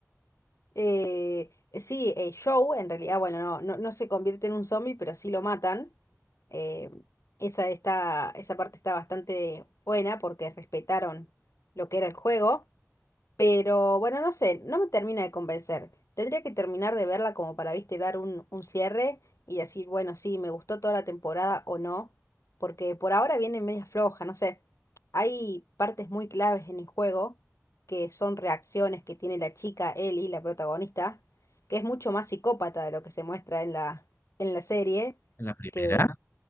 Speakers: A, on the left (about 70°); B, on the left (about 50°).
A: Eh, sí, eh, Joe, en realidad, bueno, no, no, no se convierte en un zombie, pero sí lo matan. Eh, esa, está, esa parte está bastante buena porque respetaron lo que era el juego. Pero bueno, no sé, no me termina de convencer. Tendría que terminar de verla como para, viste, dar un, un cierre y decir, bueno, sí, me gustó toda la temporada o no, porque por ahora viene media floja, no sé. Hay partes muy claves en el juego que son reacciones que tiene la chica Ellie, la protagonista, que es mucho más psicópata de lo que se muestra en la, en la serie,
B: ¿En la primera?
A: que